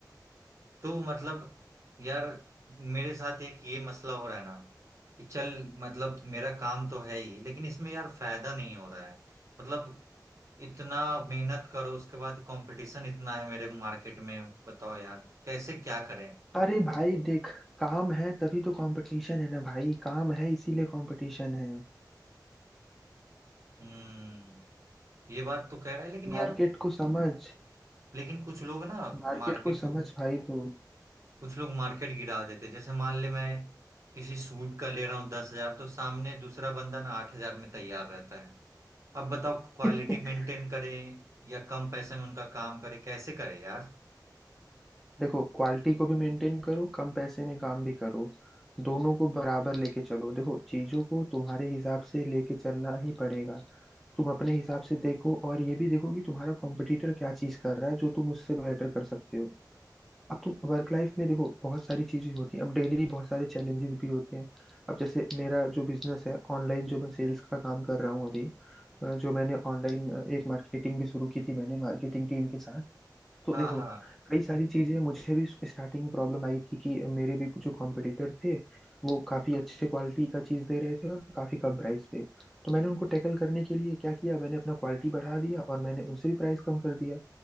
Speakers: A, on the right; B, in the centre.
A: तो मतलब यार मेरे साथ एक ये मसला हो रहा है ना कि चल मतलब मेरा काम तो है ही लेकिन इसमें यार फायदा नहीं हो रहा है मतलब इतना मेहनत करो उसके बाद कंपटीशन इतना है मेरे मार्केट में बताओ यार कैसे क्या करें
B: अरे भाई देख काम है तभी तो कंपटीशन है ना भाई काम है इसीलिए कंपटीशन है
A: हम्म ये बात तो कह रहा है लेकिन यार
B: मार्केट को समझ
A: लेकिन कुछ लोग ना
B: मार्केट
A: मार्केट
B: को समझ
A: को
B: भाई तू
A: कुछ लोग मार्केट गिरा देते जैसे मान ले मैं किसी सूट का ले रहा हूँ दस हजार तो सामने दूसरा बंदा ना आठ हजार में तैयार रहता है अब बताओ क्वालिटी
B: <laughs>
A: मेंटेन करें या कम पैसे में उनका काम करें कैसे करें यार
B: देखो क्वालिटी को भी मेंटेन करो कम पैसे में काम भी करो दोनों को बराबर लेके चलो देखो चीजों को तुम्हारे हिसाब से लेके चलना ही पड़ेगा तुम अपने हिसाब से देखो और ये भी देखो कि तुम्हारा कॉम्पिटिटर क्या चीज कर रहा है जो तुम उससे बेटर कर सकते हो अब तुम वर्क लाइफ में देखो बहुत सारी चीजें होती हैं अब डेली बहुत सारे चैलेंजेस भी होते हैं अब जैसे मेरा जो बिजनेस है ऑनलाइन जो मैं सेल्स का काम कर रहा हूँ अभी अ, जो मैंने ऑनलाइन एक मार्केटिंग भी शुरू की थी मैंने मार्केटिंग टीम के साथ तो
A: हाँ
B: देखो
A: हाँ
B: कई सारी चीजें मुझे भी स्टार्टिंग में प्रॉब्लम आई थी कि मेरे भी कुछ जो कॉम्पिटिटर थे वो काफी अच्छे क्वालिटी का चीज दे रहे थे और काफी कम प्राइस पे तो मैंने उनको टैकल करने के लिए क्या किया मैंने अपना क्वालिटी बढ़ा दिया और मैंने उनसे भी प्राइस कम कर दिया